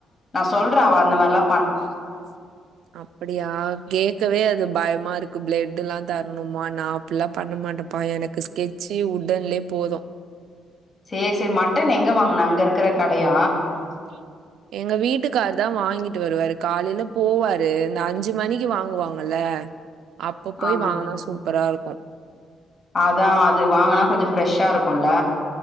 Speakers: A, on the left; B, on the right.
A: நா சொல் ற அவ அந்த மார்லா
B: <inaudible> பண்றா <inaudible> ஆ அப்டியா கேக்கவே அது பயமாருக்கு ப்ளெட்டு்ல்லா தர்ணுமா நா அப்பிட்லா பண்ண மாட்டப்பா எனக்கு ஸ்கெட்சி உட்டன்லே போது
A: சேரி சேரி மட்டன் எங்க வாங்ன அங்க இருக்கற கடையா
B: ஆி <inaudible> எங்க வீட்டுக்கார் தா வாங்கிட் டு வருவாரு காலைல போவாரு இந்த அஞ்சு மணிக்கு வாங்வாங்கல்ல அப்ப போய்
A: ஆமா.
B: வாங்னா சூப்பரா இருக்கு
A: அதா அது வாங்கனா கொஞ்ச ஃப்ரெஷ்ஷா இருக்குல்ல